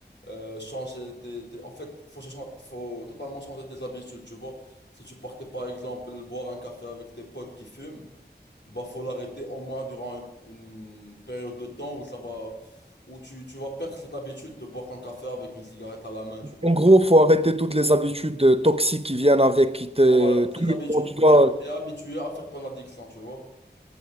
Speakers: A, on the left; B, on the right.
A: euh, changer tes, tes- En fait, faut, cha- faut totalement changer tes habitudes, tu vois. Si tu partais, par exemple, boire un café avec tes potes qui fument, bah faut l'arrêter au moins durant une, une période de temps où ça va... où tu, tu vas perdre cette habitude de boire ton café avec une cigarette à la main, tu vois.
B: En gros, faut arrêter toutes les habitudes euh, toxiques qui viennent avec, qui te,
A: Voilà, toutes
B: tous
A: les
B: les-
A: habitudes
B: temps, tu
A: où
B: dois-
A: tu es habitué à faire ton addiction, tu vois.